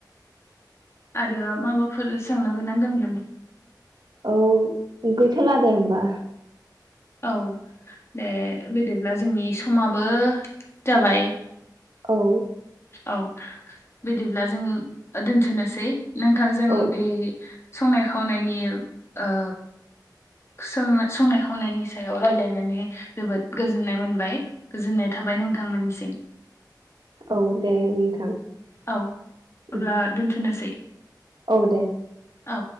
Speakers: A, on the left; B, on the right.
A: आरो माबाफोर सोंनो गोनां दों नामा?
B: औ गैथ' लादे होमबा।
A: औ दे बिदिब्ला जोंनि समाबो जाबाय।
B: औ
A: औ बिदिब्ला जों दोनथनोसै नोंथां जों
B: औ
A: बे संनाय खावनायनि ओ सोंना संनाय खावनायनि सायाव रायलायनानै जोबोद गोजोननाय मोनबाय गोजोननाय थाबाय नोंथांमोननिसिम।
B: <unintelligible> औ दे नोंथां ओह
A: औ अब्ला दोनथ'नोसै
B: औ दे
A: औ